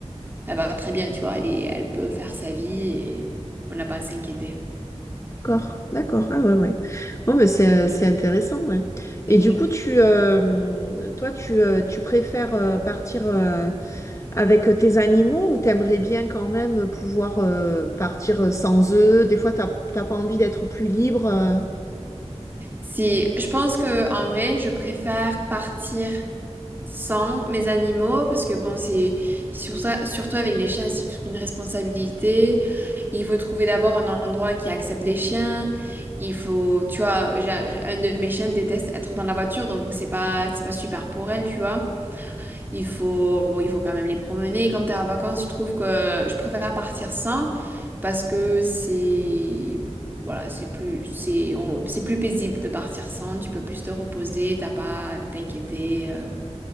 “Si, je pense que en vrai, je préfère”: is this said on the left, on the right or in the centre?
Right